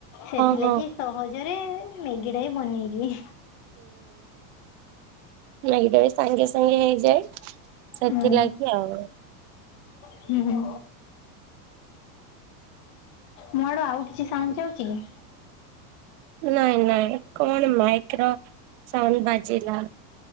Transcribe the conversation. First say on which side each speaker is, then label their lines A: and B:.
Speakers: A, on the left; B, on the right.
A: ସେଥିଲାଗି
B: ହଁ ହଁ
A: ସହଜରେ ମ୍ୟାଗିଟା ହି ବନେଇଦିଏ।
B: ନାଇଁ ଏଇଟା ବି ସାଙ୍ଗେ ସାଙ୍ଗେ ହେଇଯାଏ ସେଥିଲାଗି
A: ମୁଁ।
B: ଆଉ।
A: ହୁଁ ହୁଁ। ମୋ ଆଡୁ ଆଉ କିଛି ସାଉଣ୍ଡ ଯାଉଛି କି?
B: ନାଇଁ ନାଇଁ କଣ ମାଇକ୍ରୋ ସାଉନ୍ ବାଜିଲା